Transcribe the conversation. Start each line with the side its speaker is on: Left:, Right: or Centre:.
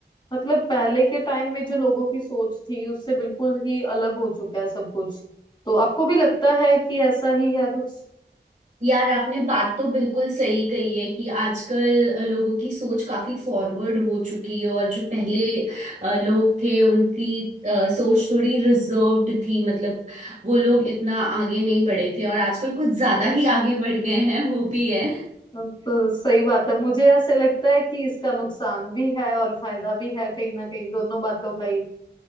Left: मतलब पहले के टाइम में जो लोगों की सोच थी उससे बिल्कुल ही अलग हो चुका है सब कुछ तो आपको भी लगता है कि ऐसा ही है कुछ
Right: यार आपने बात तो बिल्कुल सही कही है कि आजकल लोगों की सोच काफी फॉरवर्ड हो चुकी है और जो पहले अ, लोग थे उनकी अ, सोच थोड़ी रिजर्व्ड थी मतलब वो लोग इतना आगे नहीं बढ़े थे और आजकल कुछ ज्यादा ही आगे बढ़ गए हैं वो भी है
Left: तो सही बात है मुझे ऐसे लगता है कि इसका नुकसान भी है और फायदा भी है कहीं ना कहीं दोनों बातों का ही